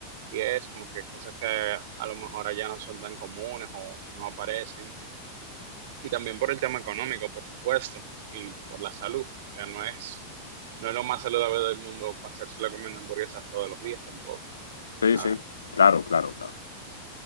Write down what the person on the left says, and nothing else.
Sí,
sí. Claro, claro, claro.